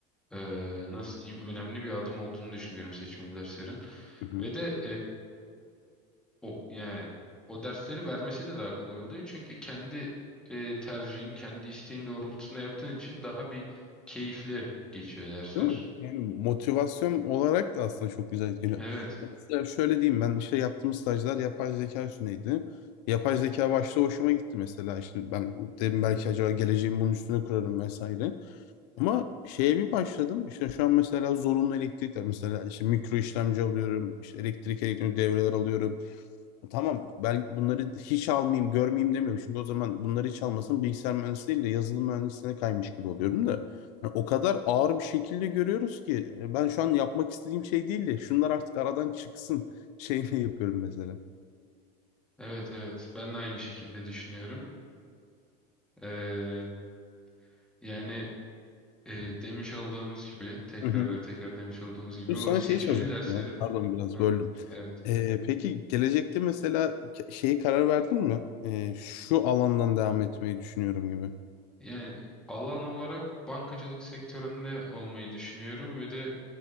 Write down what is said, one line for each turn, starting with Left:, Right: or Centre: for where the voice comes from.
Centre: eee, nasıl diyeyim önemli bir adım olduğunu düşünüyorum seçmeliler serin.
Left: Hı hı.
Centre: Ve de o, yani o dersleri vermesi de daha kolay oluyor. Çünkü kendi e, tercihin, kendi isteğin doğrultusunda yaptığın için daha bir keyifli geçiyor dersler.
Left: Değil mi? Yani motivasyon olarak da aslında çok güzel etkiliyor.
Centre: Evet,
Left: Mesela şöyle diyeyim ben işte yaptığım stajlar yapay zeka üstüneydi. Yapay zeka başta hoşuma gitti mesela işte ben dedim belki acaba geleceğimi bunun üstüne kurarım vesaire. Ama şeye bir başladım. İşte şu an mesela zorunlu elektrikler. Mesela işte mikro işlemci alıyorum. işte elektrik elektronik devreler alıyorum. Tamam belki bunları hiç almayayım görmeyeyim demiyorum. Çünkü o zaman bunları hiç almasam bilgisayar mühendisi değil de yazılım mühendisliğine kaymış gibi oluyorum da. Yani o kadar ağır bir şekilde görüyoruz ki. yani ben şu an yapmak istediğim şey değil de şunlar artık aradan çıksın <laughs> şeyle yapıyorum mesela.
Centre: evet, evet. Ben de aynı şekilde düşünüyorum. Ee, yani e, demiş olduğumuz gibi, tekrar
Left: Hı hı.
Centre: ve tekrar demiş olduğumuz gibi
Left: Bu
Centre: o
Left: sana
Centre: seçmeli
Left: şeyi soracaktım
Centre: derslerin,
Left: ya. Pardon biraz
Centre: Hı,
Left: böldüm.
Centre: evet.
Left: Ee, peki gelecekte mesela ke- şeyi karar verdin mi? Ee, şu alandan devam etmeyi düşünüyorum gibi.
Centre: Yani alan olarak bankacılık sektöründe olmayı düşünüyorum ve de